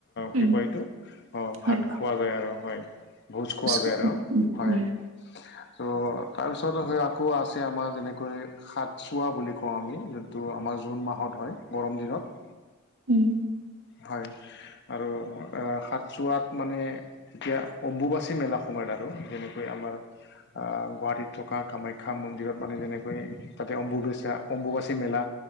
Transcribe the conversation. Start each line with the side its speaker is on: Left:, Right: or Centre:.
Right: উম
Left: কি কয় এইটো, অ
Right: হয়
Left: ভাত খোৱা যায় আৰু হয়, ভোজ খোৱা যায়
Right: উম
Left: আৰু, হয়।
Right: উম
Left: ত তাৰপিছত সেই আকৌ আছে আমাৰ যেনেকৈ সাতচোৱা বুলি কওঁ আমি যোনটো আমাৰ জুন মাহত হয়, গৰম দিনত।
Right: উম।
Left: হয়, আৰু সাতচোৱাত মানে এতিয়া অম্বুবাচী মেলা সময়ত আৰু, যেনেকৈ আমাৰ আহ গুৱাহাটীত থকা কামাখ্যা মন্দিৰত মানে যেনেকৈ, তাতে অম্বুবৈচা, অম্বুবাচী মেলা